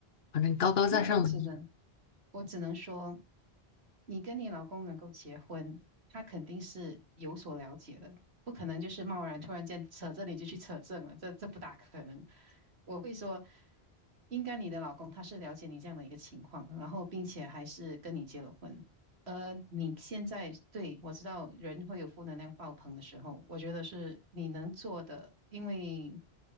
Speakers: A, on the left; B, on the right.
A: 反正高高在上的那种，
B: 那我只能，我只能说。你跟你老公能够结婚，他肯定是有所了解的，不可能就是贸然突然间扯这你就去扯证了，这这不大可能。我会说，应该你的老公他是了解你这样的一个情况，然后并且还是跟你结了婚。呃，你现在对我知道人会有负能量爆棚的时候，我觉得是你能做的，因为